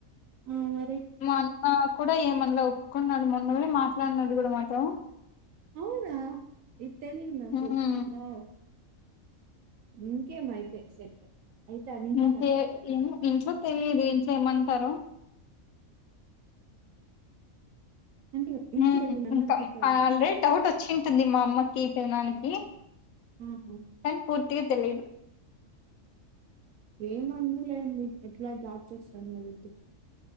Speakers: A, on the right; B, on the left.
A: ఆ మరి
B: మాఅన్న కూడా ఏమన్నా ఇలా ఒప్పుకున్నాడు మొన్ననే మాట్లాడ్నాడు కూడా మాతో
A: అవునా ఇతెలిదు నాకు
B: హ్మ్
A: వావ్ ఇంకేమయితే సెట్ అయితే అంతా
B: ఇంతే
A: హ్యాపీ
B: నేను ఇంట్లో అే మీరు ఇంట్ ఏమంటారు
A: అంటే ఇంట్లో
B: మ్మ్
A: తెలియనన్న
B: హ్మ్ ఇంకా
A: ఒకటి
B: ఆల్రెడీ డౌట్ వాస్ వచ్చింటుంది మా అమ్మకి తినాదనికి
A: ఆహా
B: తన్ పూర్తిగా తెలియదు
A: ఏమ అందలేడి ఎట్లా దాచొస్తాంది వెలుదు